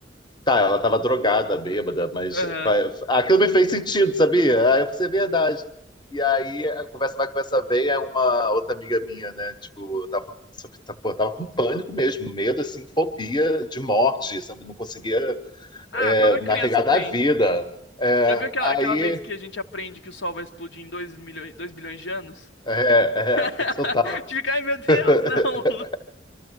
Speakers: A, on the left; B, on the left.
A: Tá, ela tava drogada, bêbada, mas
B: aham.
A: fa- fa- aquilo me fez sentido, sabia? Aí eu falei, assim, é verdade. E aí, a conversa vai, conversa vem, é uma outra amiga minha, né? Tipo, eu tava, falando sobre- tá- pô, eu tava com pânico mesmo, medo, assim, fobia de morte, sabe? Não conseguia,
B: Ah,
A: é,
B: toda criança
A: navegar da
B: tem.
A: vida. É,
B: Já viu aquela,
A: aí,
B: aquela vez que a gente aprende que o Sol vai explodir em 2 milhões, 2 bilhões de anos?
A: é, é,
B: <laughs>
A: total.
B: Te fica, ai meu Deus,
A: <laughs>
B: não!